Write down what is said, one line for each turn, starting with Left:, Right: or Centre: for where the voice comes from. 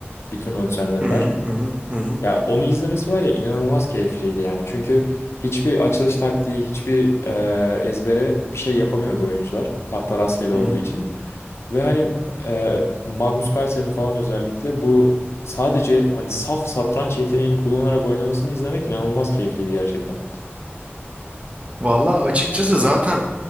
Left: bir turnuva düzenlediler.
Right: Hı hı hı hı hı hı.
Left: Ya onu izlemesi var ya inanılmaz keyifliydi yani. Çünkü hiçbir açılış taktiği, hiçbir e, ezbere bir şey yapamıyordu oyuncular. Tahta rastgele olduğu
Right: hı hı.
Left: için. Ve hani e, Magnus Carlsen'in falan özellikle bu sadece hani saf satranç yeteneğini kullanarak oynamasını izlemek inanılmaz keyifliydi gerçekten.
Right: Vallahi açıkçası zaten